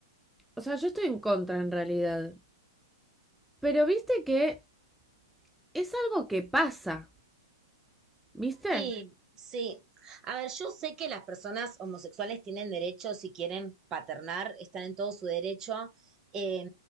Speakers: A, in the centre; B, on the right.
A: O sea, yo estoy en contra en realidad. Pero viste que. es algo que pasa, ¿viste?
B: Sí, sí. A ver, yo sé que las personas homosexuales tienen derecho, si quieren paternar, están en todo su derecho. Eh,